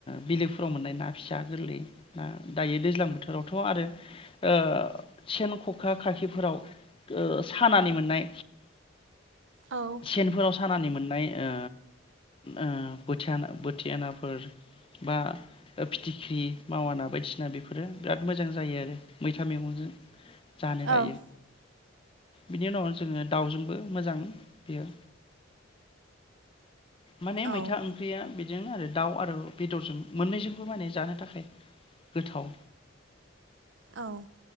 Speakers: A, on the left; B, on the right.
A: बिलोफोराव मोननाय ना फिसा गोरलै ओ दायो दैज्लां बोथोरावथ' आरो ओ सेन ख'खा खाखिफोराव ओ सानानै मोननाय
B: औ
A: सेनफोराव सानानै मोन नाय ओ ओ बोथियाना बोथियानाफोर बा फिथिख्रि मावाना बायदिसिना बेफोरो बिराद मोजां जायो आरो मैथा मैगंजों जानो
B: औ
A: दायो बिनि उनाव जोंङो दाउजोंबो मोजां बेयो। माने
B: औ
A: मैथा ओंख्रिया बि जों दाउ आरो बेदरजों मोननैजोंबो माने जानो थाखाय गोथाव।
B: औ